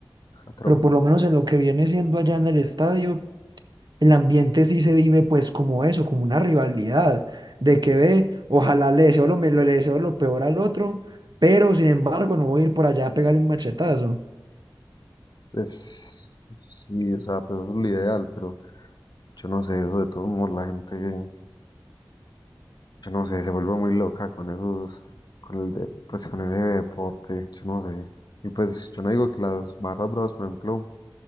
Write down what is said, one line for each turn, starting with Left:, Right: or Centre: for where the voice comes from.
Left: <laughs> a trompas.
Right: pero por lo menos en lo que viene siendo allá en el estadio el ambiente sí se vive pues como eso, como una rivalidad, de que ve, ojalá le deseo lo, me- le deseo lo peor al otro, pero sin embargo no voy a ir por allá a pegarle un machetazo.
Left: Pues sí, o sea, pues eso es lo ideal, pero yo no sé, eso de todos modos la gente. Yo no sé, se vuelve muy loca con esos, con el de, pues con ese deporte, yo no sé. Y pues yo no digo que las barras bravas, por ejemplo,